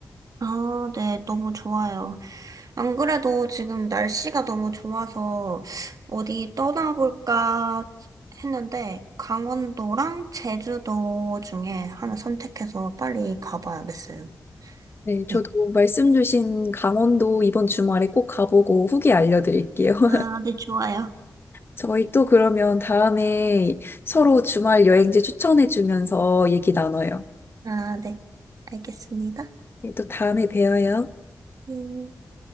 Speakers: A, on the right (about 70°); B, on the left (about 35°).
A: 아, 네, 너무 좋아요. 안 그래도 지금 날씨가 너무 좋아서 어디 떠나볼까 했는데 강원도랑 제주도 중에 하나 선택해서 빨리 가봐야겠어요.
B: 네, 저도
A: 네.
B: 말씀 주신 강원도 이번 주말에 꼭 가보고 후기 알려드릴게요. <laughs>
A: 아, 네, 좋아요.
B: 저희 또 그러면 다음에 서로 주말 여행지 추천해주면서 얘기 나눠요.
A: 아, 네. 알겠습니다.
B: 네, 또 다음에 봬요.
A: 네.